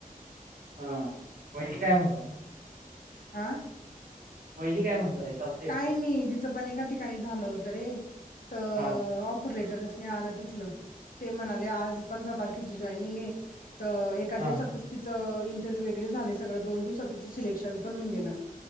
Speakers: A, on the right; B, on the left.
A: हा वहिनी काय म्हणता?
B: आं-
A: वहिनी काय नंतर म्हणतात.
B: काय नाही तिचं पण एका ठिकाणी झालं होतं रे तर
A: हा
B: ऑफर लेटरच आला नाही तिथल ते म्हणाले आज पंधरा तारखेची जाॅईनिंग आहे. एका दिवसातच
A: हा
B: तिचं इंटरव्ह्यू वगैरे झाले सगळं दोन दिवसात तिचं सिलेक्शन पण होऊन गेलं.